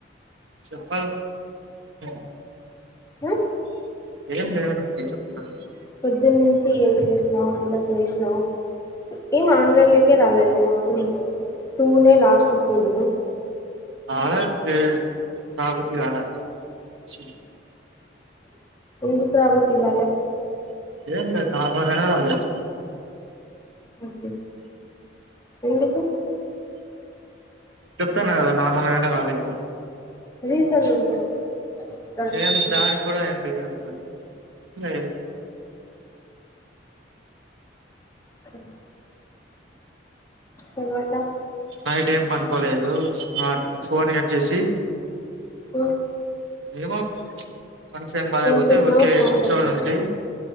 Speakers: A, on the right; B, on the left.
A: చెప్ప <unintelligible>
B: ఆ
A: ఏం లేదు నాకే చెప్పడానికి
B: పొద్దున్నుంచి ఏం చేసినావు ఎంతకు లేసినావు ఏం ఆన్లైన్లకే రాలే నువ్వు మార్నింగ్ టూనే లాస్ట్ సీను
A: రాలే లేదు <unintelligible>
B: ఎందుకు రా బుద్ధి కాల
A: ఏం లేదు నార్మల్ గానే రాలేదు
B: ఓకే ఎందుకు
A: చెప్తాన్న కదా నార్మల్ గానే రాలేదు
B: రీజన్ ఉంటుంది కదా దానికంటూ
A: ఏం దానికి కూడా ఏం రీసన్ లేదు
B: సరే తర్వాత
A: నైట్ ఏం పనుకోలేదు ఫోన్ కట్ చేసి
B: మ్
A: ఏమో మనస్సు ఏం బాలేకపోతే
B: చేసినావు
A: ఊరికే
B: ఫోన్
A: కూర్చొని
B: కట్ చేసావ్
A: ఉంటీ